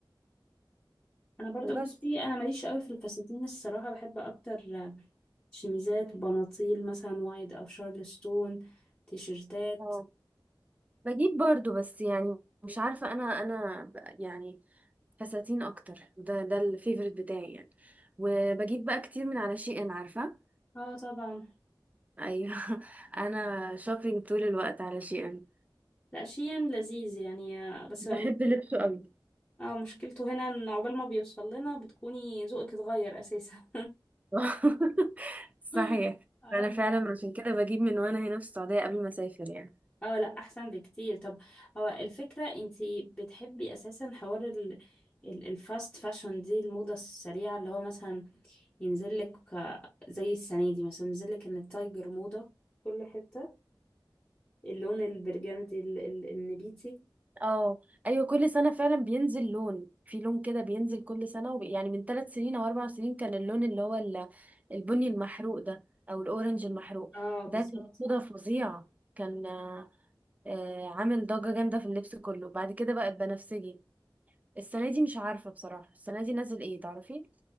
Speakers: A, on the left; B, on the right.
A: انا برضو
B: وبس
A: بصي انا ماليش قوي في الفساتين الصراحه بحب اكتر شميزات بناطيل مثلا وايد او شارلستون تيشرتات
B: اه بجيب برضو بس يعني مش عارفة أنا أنا ب- يعني فساتين أكتر ده ده الفيفوريت بتاعي يعني وبجيب بقى كتير من على شي إن عارفة
A: اه طبعا
B: أيوه <laughs> أنا شوبينج طول الوقت على شي إن
A: لا شيء لذيذ يعني آه، بس
B: بحب لبسه قوي
A: اه مشكلته هنا ان عقبال ما بيوصل لنا بتكوني ذوقك اتغير اساسا
B: <laughs> صحيح
A: <laughs> أيوة.
B: أنا فعلا عشان كده بجيب من وأنا هنا في السعودية قبل ما أسافر يعني
A: اه لا احسن بكتير طب هو الفكرة انتي بتحبي اساسا حوار ال ال- الفاست فاشن دي الموضة السريعة اللي هو مثلا ينزل لك آه، زي السنة دي مثلا ينزل لك ان التايجر موضة في كل حتة اللون البرجندي ال- ال- النبيتي
B: اه ايوه كل سنه فعلا بينزل لون في لون كده بينزل كل سنه وب... يعني من ثلاث سنين او اربع سنين كان اللون اللي هو ال- البني المحروق ده او الاورنج المحروق
A: اه بالظبط
B: ده كان موضه فظيعه كان آه، آه، عامل ضجه جامده في اللبس كله بعد كده بقى البنفسجي السنه دي مش عارفه بصراحه السنه دي نازل ايه تعرفي